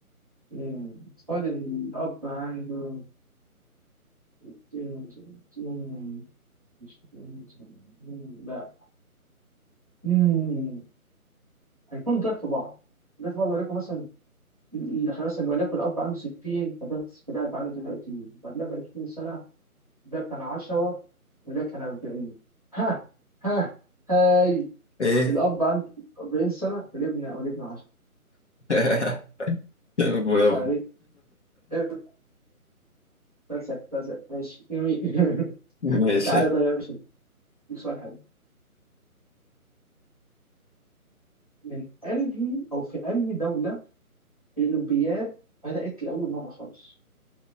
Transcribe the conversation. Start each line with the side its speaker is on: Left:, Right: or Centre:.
Right: مم. نفترض إن الأب عنده 60 70 60 70 لا مم. هيكون ضعف بعض ضعف بعض وليكن مثلا ال- ال- مثلا وليكن الأب عنده 60 فده فده هيبقى عنده 30 فده بقى 20 سنة ده كان 10 وده كان 40 ها ها هاي
Left: ايه
Right: الأب عنده 40 سنة والابن والابن 10
Left: <laughs> برافو
Right: بقى إيه؟ فلسف فلسف ماشي جميل <laughs>
Left: <laughs> ماشي
Right: تعالى طيب يا باشا دي سؤال حلو من انهي او في انهي دوله الاولمبياد بدات لاول مره خالص